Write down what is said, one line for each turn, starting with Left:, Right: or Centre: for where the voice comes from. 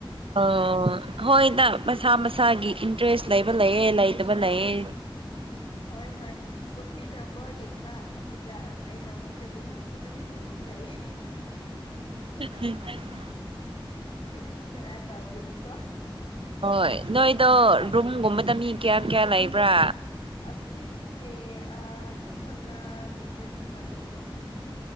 Right: ꯑꯣ ꯍꯣꯏꯗ ꯃꯁꯥ ꯃꯁꯥꯒꯤ ꯏꯟꯇꯔꯦꯁ ꯂꯩꯕ ꯂꯩꯌ‌ꯦ ꯂꯩꯇꯕ ꯂꯩꯌꯦ
Left: ꯍꯣꯏ ꯍꯣꯏ ꯃꯈꯣꯏꯅ ꯕꯣꯜ ꯌꯦꯡꯕ ꯑꯗꯨꯒ ꯑꯩꯅ ꯃꯈꯣꯏꯕꯨ ꯌꯦꯡꯕꯅ ꯍꯦꯟꯅ ꯅꯨꯡꯉꯥꯏꯌꯦ
Right: <unintelligible>
Left: ꯀꯔꯤ ꯀꯔꯥ ꯇꯧꯕꯒꯤꯀꯣ
Right: ꯍꯣꯏ ꯅꯣꯏꯗꯣ ꯔꯨꯝꯒꯨꯝꯕꯗ ꯃꯤ ꯀꯌꯥ ꯀꯌꯥ ꯂꯩꯕ꯭ꯔꯥ
Left: ꯑꯩꯈꯣꯏꯁꯦ ꯑ ꯃꯤ ꯃꯉꯥ ꯅꯠꯇ꯭ꯔꯗꯤ ꯃꯔꯤ ꯂꯩꯌꯦ